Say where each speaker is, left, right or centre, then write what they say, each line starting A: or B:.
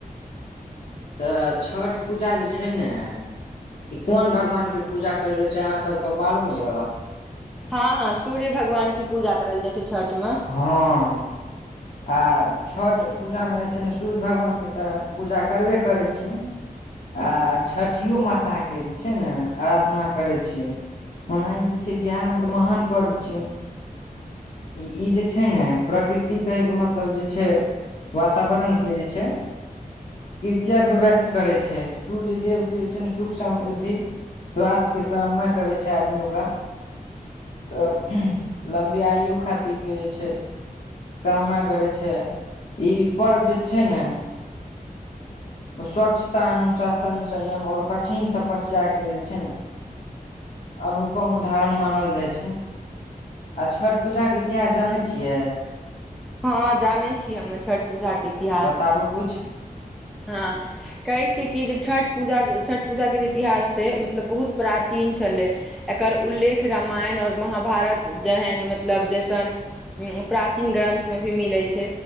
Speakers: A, on the left (about 55°); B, in the centre.
A: तऽ छठ पूजा जे छै ने। कोन भगवान के पूजा करल जाय छनि अहा सब के मालूम ये
B: हँ हँ सूर्य भगवान के पूजा करल जाइ छै छठ मे
A: हँ। आ छठ पूजा मे जे छै ने सूर्य भगवानके तऽ पूजा करबे करै छिये आ छठिओ माताके जे छै ने आराधना करै छिये ओना ई जे छै बिहार मे तऽ महान पर्व छै ई जे छै ने प्रकृतिक कहैके मतलब जे छै वातावरण के जे छै कृतज्ञ व्यक्त करै छै सूर्य देव के जे छै सुख समृद्धि स्वास्थ्य के कामना करै छै आदमी ओकरा तऽ लम्बी आयु खातिर के जे छै कामना करै छै ई पर्व जे छै ने। स्वच्छता अनुशासन संयम ओर कठिन तपस्या के जे छै ने अनुपम उदाहरन मानल जाइ छै। छठ पूजा के इतिहास जानै छियै
B: हँ जानै छी हम छठ पूजा के इतिहास
A: बताबू कुछ
B: हँ। कहै छियै कि जे छठ पूजा छठ पूजाके जे इतिहास छै मतलब बहुत प्राचीन छलै एकर उल्लेख रामायण ओर महाभारत जेहन मतलब जइसन प्राचीन ग्रन्थ मे भी मिले छै